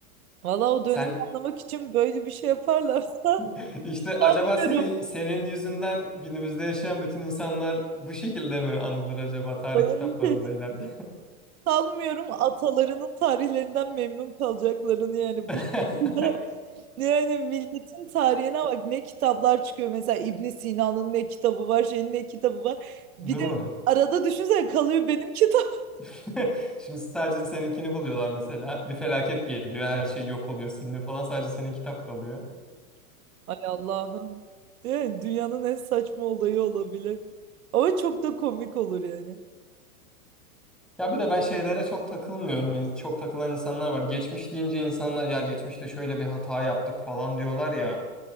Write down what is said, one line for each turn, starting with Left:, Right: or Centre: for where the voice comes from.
Right: Valla o
Centre: Sen
Right: dönemi anlamak için böyle bir şey yaparlarsa
Centre: <laughs>
Right: <laughs>
Centre: işte acaba
Right: sanmıyorum.
Centre: senin senin yüzünden günümüzde yaşayan bütün insanlar bu şekilde mi anılır acaba tarih
Right: Sana
Centre: kitaplarında
Right: bir şey diyeyim.
Centre: ileride?
Right: mi? sanmıyorum atalarının tarihlerinden memnun kalacaklarını yani
Centre: <laughs>
Right: bu şekilde. <laughs> Yani milletin tarihine bak ne kitaplar çıkıyor mesela İbn Sina'nın ne kitabı var şeyin ne kitabı var. Bir
Centre: Değil
Right: de
Centre: mi?
Right: arada düşünsene kalıyor benim kitap.
Centre: <laughs> Şimdi sadece seninkini buluyorlar mesela. Bir felaket geliyor, her şey yok oluyor, siliniyor falan. Sadece senin kitap kalıyor.
Right: <laughs> Ay Allah'ım. Yani dünyanın en saçma olayı olabilir. Ama çok da komik olur yani.
Centre: Ya bir de ben şeylere çok takılmıyorum. İn- Çok takılan insanlar var. Geçmiş deyince insanlar ya geçmişte şöyle bir hata yaptık falan diyorlar ya.